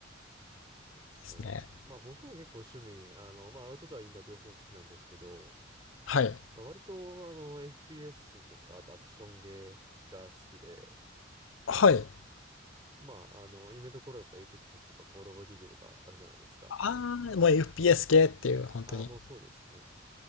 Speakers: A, on the right; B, on the left.
A: そうですね。
B: ですね。
A: まあ僕も結構趣味、あの、まあアウトドア、インドア両方好きなんですけど、
B: はい。
A: まあ割とあの FPS とか、あとアクションゲーが好きで、
B: はい。
A: まああの、夢ところだったら Apex とか Call of Duty とかあるじゃないですか。
B: ああ、もう FPS 系っていう、本当に。
A: ああ、もうそうですね。